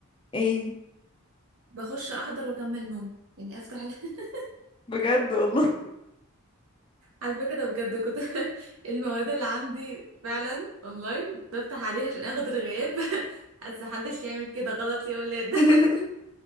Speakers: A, on the left (about 25°); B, on the right (about 75°).
A: ايه
B: بخش احضر واكمل نوم يعني افتح ال- <laughs>
A: بجد والله
B: على فكره ده بجد كنت <laughs> المواد اللي عندي فعلا اونلاين بفتح عليها عشان اخد الغياب <laughs> بس محدش يعمل كده غلط يا ولاد
A: <laughs>